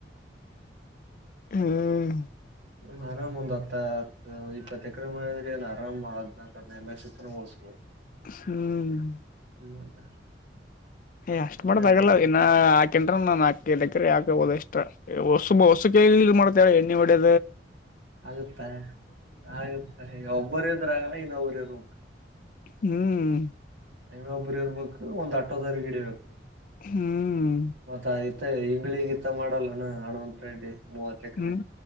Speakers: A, on the left; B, on the right.
A: ಹುಂ ಹ್ಮ್.
B: ಹ್ಮ ಆರಾಮ್ ಒಂದ್ ಹತ್ತ ಹತ್ತ ಇಪ್ಪತ್ತು ಎಕರೆ ಮಾಡಿದ್ರಿ ಒ ಆರಾಮ್ ಅದ್ನಾಲ್ಕದ್ನೈರ್ ಲಕ್ಷ ತನ ಹೋಳ್ಸ
A: ಹ್ಮ್.
B: <unintelligible>
A: ಏ ಅಷ್ಟ್
B: ಸುಮ್ನೆ
A: ಮಾಡೋದಾಗಲ್ಲ,
B: ಆಯ್ತು
A: ಅವ್ರಿಗೆ ಇನ್ನ <unintelligible> ನಾಕೈದು ಎಕ್ರೆ ಹಾಕ ಹಬೋದ ಎಕ್ಸ್ಟ್ರ, ಹೊಸ ಹೊಸ ಕೈಲಿ ಇ ಮಾಡ್ತೇಳ ಎಣ್ಣೆ ಹೊಡ್ಯೋ
B: ಆಗುತ್ತಾ ಆಗುತ್ತಾ ಒಬ್ಬರ ಇದ್ರಾಗಲ್ಲ ಇನ್ನೊಬ್ರು ಇರ್ಬೇಕು.
A: ಹ್ಮ್
B: ಇನ್ನೊಬ್ಬರು ಇರ್ಬೇಕು ಒಂದ್ ಅಟ್ಟೋದಾರಿಗ್ ಹಿಡಿಬೇಕು,
A: ಹ್ಮ್
B: ಮತ್ತ ಆಯ್ತ್ ಮತ್ತೆ ಹಂಗ್ಗಳಿಗತ್ತ ಮಾಡಲ್ಲಣ ಹನುವತ್ ರೆಡ್ಡಿ ಮೂವತ್ ಎಕ್ರೆ
A: ಹ್ಮ್